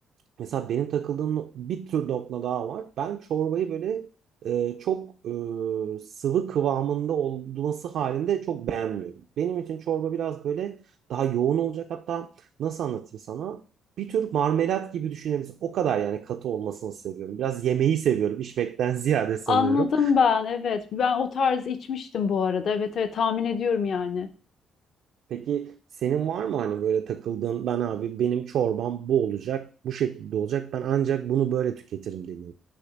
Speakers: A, on the right (about 70°); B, on the left (about 55°).
A: Mesela benim takıldığım no- bir tür nokta daha var. Ben çorbayı böyle e, çok e, sıvı kıvamında olması halinde çok beğenmiyorum. Benim için çorba biraz böyle daha yoğun olacak. Hatta nasıl anlatayım sana? Bir tür marmelat gibi düşünebilirsin. O kadar yani katı olmasını seviyorum. Biraz yemeği seviyorum, içmekten <laughs> ziyade sanıyorum.
B: Anladım ben evet. Ben o tarz içmiştim bu arada. Evet evet tahmin ediyorum yani.
A: Peki senin var mı hani böyle takıldığın ben abi benim çorbam bu olacak, bu şekilde olacak. Ben ancak bunu böyle tüketirim dediğin.